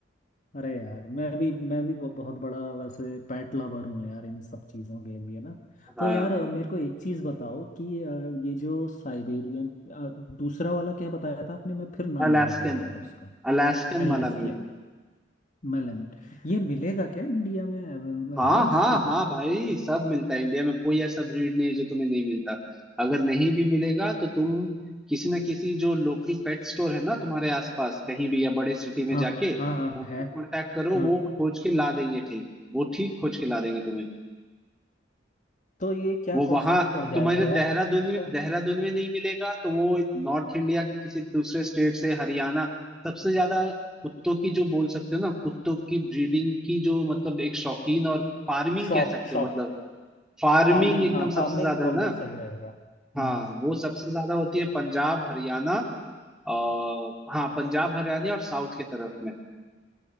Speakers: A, on the left (about 40°); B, in the centre.
A: अरे यार मैं भी मैं भी ब- बहुत बड़ा वैसे पेट लवर हूँ यार इन सब चीज़ों के लिए ना
B: हाँ
A: तो यार अ, मेरे को एक चीज़ बताओ कि अ, ये जो साइबेरियन दूसरा वाला क्या बताया था आपने मैं फिर नाम
B: अलास्कन
A: भूल गया यार उसका
B: अलास्कन
A: अलास्की
B: माला म्यूट
A: मेलामिन ये मिलेगा क्या इंडिया में
B: हाँ
A: अ, है इसको
B: हाँ हाँ भाई सब मिलता है इंडिया में कोई ऐसा ब्रीड नहीं है जो तुम्हें नहीं मिलता अगर नहीं भी मिलेगा तो तुम किसी ना किसी जो लोकल पेट स्टोर है ना तुम्हारे आसपास कहीं भी या बड़े सिटी में
A: हाँ
B: जाके
A: हाँ हाँ
B: उनको
A: है
B: कांटेक्ट करो
A: हाँ
B: वो खोज के ला देंगे ठीक वो ठीक खोज के ला देंगे तुम्हें
A: तो ये क्या
B: वो वहां
A: कॉस्ट में पड़ जाएगा
B: तुम्हारे
A: यार
B: देहरादून
A: मेरे को इसका
B: में देहरादून में नहीं मिलेगा तो वो नॉर्थ इंडिया के किसी दूसरे स्टेट से हरियाणा सबसे ज्यादा कुत्तों की जो बोल सकते हो ना कुत्तों की ब्रीडिंग की जो मतलब एक शौकीन और फार्मिंग
A: Shop
B: कह सकते
A: shop
B: हो मतलब फार्मिंग
A: फार्मिंग
B: एकदम
A: हाँ फार्मिंग
B: सबसे ज्यादा
A: बोलना
B: ना
A: सही रहेगा
B: हाँ
A: हम्म हम्म।
B: वो सबसे ज्यादा होती है पंजाब हरियाणा और हाँ पंजाब हरियाणा और साउथ के तरफ में